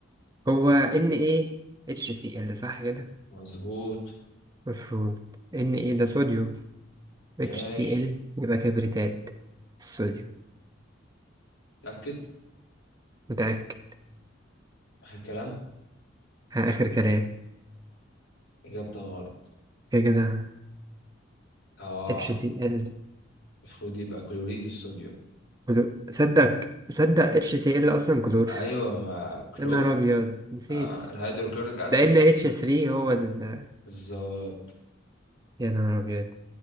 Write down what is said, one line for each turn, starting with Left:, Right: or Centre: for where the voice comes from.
Right: هو ان ايه اتش سي ال صح كده
Left: مظبوط
Right: المفروض ان ايه ده صوديوم
Left: ماشي
Right: اتش سي ال يبقى كبريتات الصوديوم
Left: تأكد
Right: متأكد
Left: آخر كلام
Right: ها، آخر كلام
Left: إجابتك غلط
Right: كده كده
Left: اه
Right: اتش سي ال
Left: المفروض يبقى كلوريد الصوديوم
Right: كلور صدق صدق اتش سي ال اصلا كلور
Left: ايوه ما كلور
Right: يا نهار ابيض نسيت
Left: اه الهيدروكلوريك اسيد
Right: ده ان اتش 3 هو ال
Left: بالظبط
Right: يا نهار ابيض